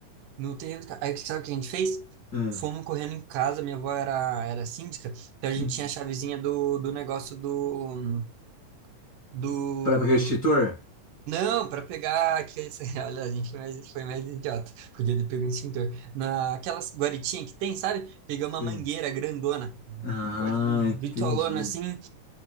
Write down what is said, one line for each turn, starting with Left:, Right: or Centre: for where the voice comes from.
Right: No terreno, aí que- sabe o que a gente fez?
Left: Ah.
Right: Fomos correndo em casa, minha avó era, era síndica, então a gente
Left: Hum.
Right: tinha a chavezinha do, do negócio do, do,
Left: Pra pegar extintor?
Right: não, para pegar aqueles. <laughs> Olha, a gente foi mais, foi mais idiota. Podia ter pego um extintor. Naquelas guaritinhas que tem, sabe? Pegamos
Left: Sim.
Right: uma mangueira grandona,
Left: Ah,
Right: coisa bitolona
Left: entendi.
Right: assim.